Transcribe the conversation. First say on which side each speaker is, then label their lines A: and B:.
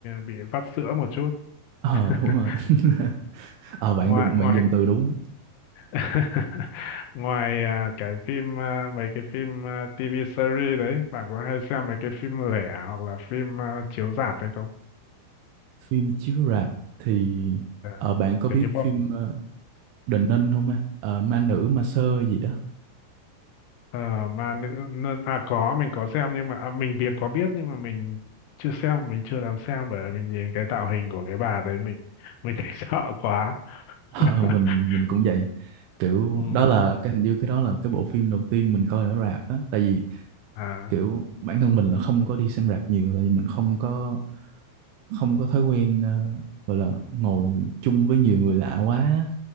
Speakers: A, on the left; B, on the right.
A: bị vắt sữa một chút
B: ờ
A: <laughs>
B: đúng rồi <laughs> ờ bạn
A: ngoài
B: đúng
A: ngoài
B: bạn dùng từ đúng
A: <laughs> Ngoài à, cái phim à, mấy cái phim à, TV series đấy, bạn có hay xem mấy cái phim lẻ hoặc là phim à, chiếu rạp hay không?
B: phim chiếu rạp thì
A: À,
B: ờ bạn có
A: kiểu
B: biết
A: như bom
B: phim uh, Đình Ninh không ha Ờ, ma nữ ma sơ gì đó
A: à, ma nữ nơ- à có mình có xem nhưng mà à, mình biết có biết nhưng mà mình chưa xem, mình chưa dám xem bởi vì mình nhìn cái tạo hình của cái bà đấy mình mình thấy <laughs> sợ quá.
B: Ờ,
A: <laughs>
B: mình mình cũng vậy kiểu
A: Ừ.
B: đó là cái hình như cái đó là cái bộ phim đầu tiên mình coi ở rạp á tại vì
A: À
B: kiểu bản thân mình là không có đi xem rạp nhiều tại vì mình không có không có thói quen ờ, gọi là ngồi chung với nhiều người lạ quá á.